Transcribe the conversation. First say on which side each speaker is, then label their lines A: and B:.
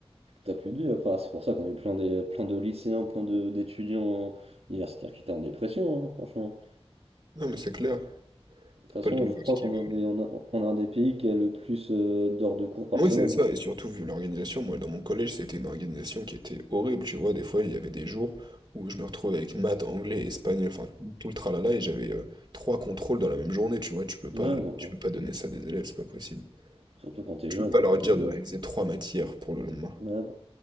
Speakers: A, on the right; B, on the right.
A: T'as plus de vie après. Ah, C'est pour ça qu'on a eu plein de, plein de lycéens, plein de- d'étudiants universitaires qui étaient en dépression, hein, franchement.
B: Non, mais c'est clair,
A: De toute
B: t'as
A: façon,
B: pas le temps
A: je
B: de faire
A: crois
B: ce qu'ils
A: qu'on
B: veulent.
A: est un des, on a, on a un des pays qui a le plus euh, d'heures de cours par
B: Moi,
A: semaine.
B: c'est ça,
A: hein, c'est-
B: et surtout, vu l'organisation, moi, dans mon collège, c'était une organisation qui était horrible, tu vois. Des fois, il y avait des jours où je me retrouvais avec maths, anglais, espagnol, enfin, tout tout le tralala, et j'avais euh, trois contrôles dans la même journée, tu vois. Tu peux pas,
A: Ouais, non,
B: tu
A: ouais.
B: peux pas donner ça à des élèves, c'est pas possible.
A: Surtout quand t'es
B: Tu
A: jeune,
B: peux pas
A: enfin
B: leur
A: quand
B: dire
A: t'es jeune.
B: de réviser trois matières pour le lendemain.
A: Ouais, non.